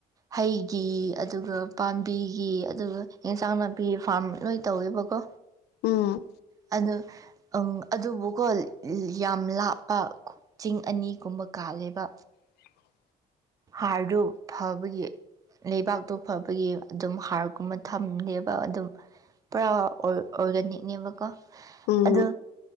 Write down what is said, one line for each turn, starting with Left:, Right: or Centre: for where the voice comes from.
Right: ꯍꯩꯒꯤ ꯑꯗꯨꯒ ꯄꯥꯝꯕꯤꯒꯤ ꯑꯗꯨꯒ ꯑꯦꯟꯁꯥꯡ ꯅꯥꯄꯤ ꯐꯥꯔꯝ ꯂꯣꯏ ꯇꯧꯋꯦꯕꯀꯣ
Left: ꯎꯝ
Right: ꯑꯗꯨ ꯑꯪ ꯑꯗꯨꯕꯨꯀꯣ ꯌꯥꯝ ꯂꯥꯞꯄ ꯆꯤꯡ ꯑꯅꯤꯒꯨꯝꯕ ꯀꯥꯜꯂꯦꯕ
Left: <unintelligible> <inaudible>
Right: ꯍꯥꯔꯗꯨ ꯐꯕꯒꯤ ꯂꯩꯕꯥꯛꯇꯣ ꯐꯕꯒꯤ ꯑꯗꯨꯝ ꯍꯥꯔꯒꯨꯝꯕ ꯊꯝꯗꯦꯕ ꯑꯗꯨꯝ ꯄꯨꯔꯥ ꯑꯣꯔ ꯑꯣꯔꯒꯥꯅꯤꯛꯅꯦꯕꯀꯣ
Left: ꯎꯝ
Right: ꯑꯗꯣ